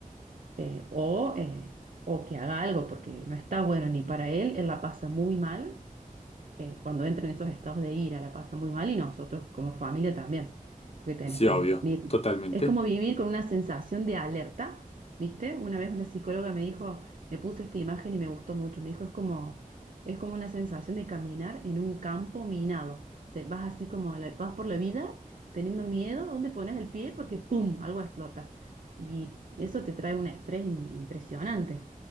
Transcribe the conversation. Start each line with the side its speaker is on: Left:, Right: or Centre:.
Right: eh, o, eh, o que haga algo, porque no está bueno ni para él, él la pasa muy mal eh, cuando entra en esos estados de ira, la pasa muy mal y nosotros como familia también, porque tenés
Left: sí,
Right: que
Left: obvio,
Right: vi-
Left: totalmente.
Right: Es como vivir con una sensación de alerta, ¿viste? Una vez la psicóloga me dijo, me puso esta imagen y me gustó mucho, me dijo, es como, es como una sensación de caminar en un campo minado. Te vas así como, la- vas por la vida teniendo miedo, ¿dónde pones el pie? Porque ¡pum! algo explota. Y eso te trae un estrés im- impresionante.